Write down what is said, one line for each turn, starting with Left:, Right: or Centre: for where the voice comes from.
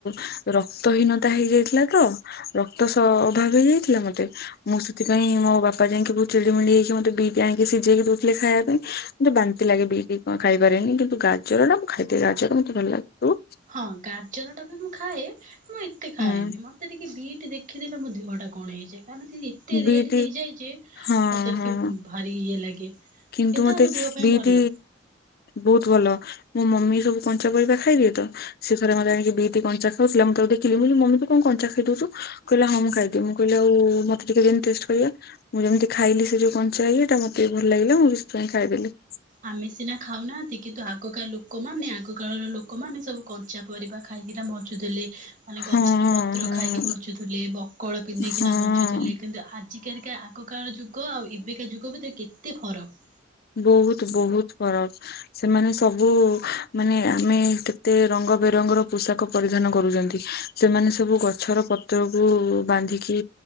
Left: ସବୁ ରକ୍ତହିନତା ହେଇଯାଇଥିଲା ତ ରକ୍ତ ହେଇ ଯାଇଥିଲା ମତେ ମୁଁ ସେଥିପାଇ ମୋ ବାପା ଯାଇକି ବହୁତ ଚିଡ଼ିମିଡ଼ି ହେଇିକି ମତେ ବିଟ ଆଣି ସିଯେଇକି ଦଉଥିଲେ ଖାଇବା ପାଇଁ ମୋତେ ବାନ୍ତି ଲାଗେ, ବିଟ ଖାଇପାରେନି କିନ୍ତୁ ଗାଜର ଟା ମୁଁ ଖାଇଦିଏ, ଗାଜର ଟା ମତେ ଭଲ ଲାଗବୁ ।
Right: ହଁ ଗାଜର ଟା ବି ମୁଁ ଖାଏ ମୁଁ ଏତେ ଖାଏନି
Left: ହୁଁ
Right: ।ମତେ ଟିକେ ବିଟ୍ ଦେଖିଦେଲେ ମୋ ଦେହଟା କଣ ହେଇଯାଏ। କାରଣ ସେ ଏତେ
Left: ହୁଁ
Right: ରେଡ
Left: ବିଟ୍
Right: ହେଇଯାଏ ଯେ,
Left: ହଁ
Right: ମତେ
Left: ହଁ
Right: ଟିକେ ଭାରି ଇଏ ଲାଗେ।
Left: କିନ୍ତୁ ମତେ
Right: ଆମ ଦେହ ପାଇଁ
Left: ବିଟ୍
Right: ଭଲ।
Left: ବହୁତ ଭଲ ମୋ ମମି ସବୁ କଞ୍ଚା ପରିବା ଖାଇବେ ତ, ସେ ଥରେ ମତେ ଆଣିକି ବିଟ୍ କଞ୍ଚା ଖାଉଥିଲା ମୁଁ ତାକୁ ଦେଖିଲି ମୁ ମମି ତୁ କଣ କଞ୍ଚା ଖାଇଦଉଚୁ। କହିଲା ହଁ ମୁଁ ଖାଇଦିଏ। ମୁଁ କହିଲି ଆଉ ଟିକେ ଦେନି ଟେଷ୍ଟ କରିବା, ମୁଁ ଯେମିତି ଖାଇଲି ସେ ଯଉ କଞ୍ଚା ଇଏଟା ମତେ ବି ଭଲ ଲାଗିଲା, ମୁଁ ସେଥିପାଇଁ ଖାଇଦେଲି।
Right: ଆମେ ସିନା ଖାଉନାହାନ୍ତି ।କିନ୍ତୁ ଆଗକାଳ ଲୋକମାନେ, ଆଗ କାଳର ଲୋକମାନେ ସବୁ କଞ୍ଚା ପରିବା ଖାଇ ଖାଇକିନା ବଞ୍ଚୁ ଥିଲେ। ମାନେ
Left: ହଁ
Right: ଗଛର ପତ୍ର
Left: ହଁ
Right: ଖାଇକି ବଞ୍ଚୁଥିଲେ ।ବକଳ ପିନ୍ଧିକିନା
Left: ହଁ
Right: ବଞ୍ଚୁଥିଲେ ।କିନ୍ତୁ ଚିକେନ କା ଆଗ କାଳ ଯୁଗ ଆଉ ଏବେକା ଯୁଗ ଭିତରେ କେତେ ଫରକ?
Left: ବୋହୁତ ବୋହୁତ ଫରକ ସେମାନେ ସବୁ ମାନେ ଆମେ କେତେ ରଙ୍ଗ ରଙ୍ଗ ବେରଙ୍ଗର ପୋଷାକ ପରିଧାନ କରୁଛନ୍ତି ସେମାନେ ସବୁ ଗଛର ପତ୍ରକୁ ବାନ୍ଧିକି